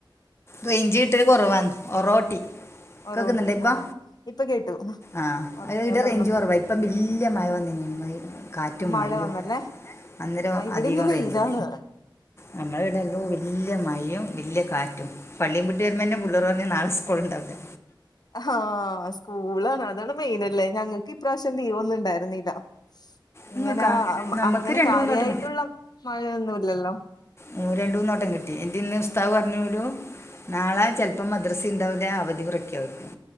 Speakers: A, on the left (about 30°); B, on the left (about 55°).
A: റേഞ്ച് കിട്ടല് കൊറവാന്ന് ഒറോട്ടി
B: ഓറോട്ടി
A: കേൾക്കുന്നുണ്ടോ ഇപ്പോ
B: ആഹ് ഇപ്പൊ കേട്ടു
A: ആഹ്
B: ഉറക്കെ
A: ഈടെ
B: പറഞ്ഞപ്പോ
A: റേഞ്ച് കുറവാ
B: കേട്ടു.
A: ഇപ്പം വല്യ മഴ വന്നന് കാറ്റും
B: മഴ
A: മഴയും
B: വന്നല്ലേ
A: അന്നേരം
B: ആ ഇവിടെന്ന്
A: അധികം
B: വെയിലാണ്
A: റേഞ്ച് നമ്മള ഇടെല്ലൂ വല്യയ മഴയും വല്യയ കാറ്റും പള്ളിയും ബ്ട്ട് വരുമ്പന്നെു പൂള്ളേർ പറഞ്ഞ നാളെ സ്കൂള് ഉണ്ടാവുല്ല
B: ആഹ് സ്കൂളാണ് അതാണ് മെയിനല്ലേ ഞങ്ങൾക്ക് ഇ പ്രറാശ്യം ലീവൊന്നു ഇണ്ടായിരുന്നില്ല ഇങ്ങനെ
A: നിങ്ങൾക്കാ നമുക്ക്
B: അങ്ങനെ
A: രണ്ട്
B: കാര്യായിട്ടുള്ള
A: മൂന്നോട്ടം
B: മഴയൊന്നുല്ലല്ലോ
A: ഓ രണ്ടുന്നട്ടം കിട്ടി ന്റെ ഇന്ന് ഉസ്താദു പറഞ്ഞുരൂ നാളെ ചിൽപ്പം മദ്രസ ഉണ്ടാവില്ല അവധി പ്രഖ്യാപിക്കും